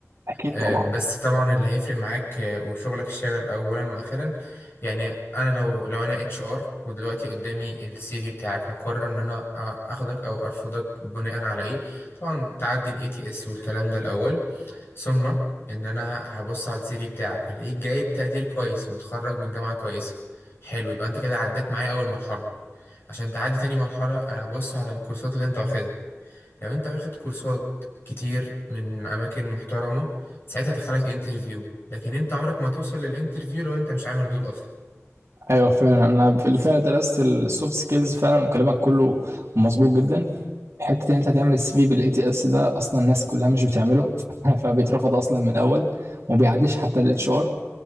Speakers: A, on the right; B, on the left.
A: أكيد
B: آه،
A: طبعا
B: بس طبعا اللي هيفرق معاك آه، وشغلك الشاغل اولا واخيرا يعني انا لو لو انا اتش ار ودلوقتي قدامي السي في بتاعك هقرر ان انا أ- اخدك او ارفضك بناء على ايه طبعا تعدي الاي تي اس والكلام ده الاول ثم ان انا هبص على السي في بتاعك هلاقيك جايب تقدير كويس متخرج من جامعة كويسة حلو يبقى انت كده عديت معايا اول مرحلة عشان تعدي تاني مرحلة هبص على الكورسات اللي انت واخدها لو انت واخد كورسات كتير من اماكن محترمه ساعتها دخلك انترفيو لكن انت عمرك ما هتوصل للانترفيو لو انت مش عامل دول اصلا
A: ايوه فعلا انا بالفعل درست السوفت سكيلز فعلا وكلامك كله مظبوط جدا حته ان انت هتعمل السي في بالاي تي اس ده اصلا الناس كلها مش بتعمله <laughs> فبيترفض اصلا من الاول وما بيعديش حتى الاتش ار